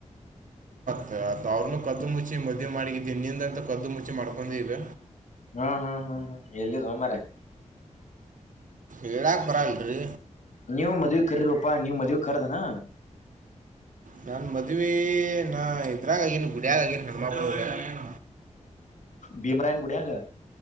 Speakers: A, on the right (about 80°); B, on the left (about 70°).
A: ಅ ಅವ್ರನು ಕದ್ದು ಮುಚ್ಚಿ ಮದುವೆ ಮಾಡಿಗಿದ್ದಿ ನಿಂದಂತ ಕದ್ದು ಮುಚ್ಚಿ ಮಾಡಿಕೊಂಡಿ ಈಗ್
B: ಹ್ಮ್ ಹ್ಮ್ ಹ್ಮ್ ಹ್ಮ್ ಎಲೀಡೊ ಮಾರಾಯ
A: ಹೇಳಕ ಬರಂಗಿಲ್ಲರಿ
B: ನೀವು ಮಧುವಿ ಗ ಕರಿೀರಪ್ಪಾ ನೀವು ಮದ್ವೆೆಗ ಕರಡ್ರಏನ್
A: ನಾನ್ ಮದ್ವಿ ನಾ ಇದ್ರಾಗ ಆಗಿನಿ ಗುಡ್ಯಾಗ ಆಗಿನಿ ಹನುಮಪ್ಪ ಗುಡಿಯಾಗ
B: ಭೀಮರಾಯನ್ ಗುಡ್ಯಾಗ